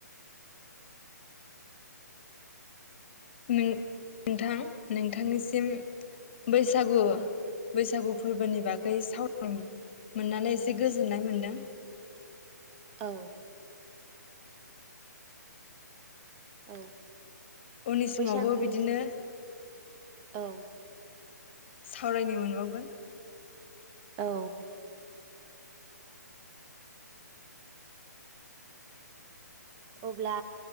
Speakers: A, on the left; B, on the right.
A: नों थां। नोंथांनिसिम बैसागु बैसागु फोरबोनि बागै सावरायनो मोननानै एसे गोजोननाय मोनदों।
B: औ। औ।
A: उननि
B: बैसागुनि
A: समावबो बिदिनो
B: औ।
A: सावरायनो मोनबावगोन।
B: औ। अब्ला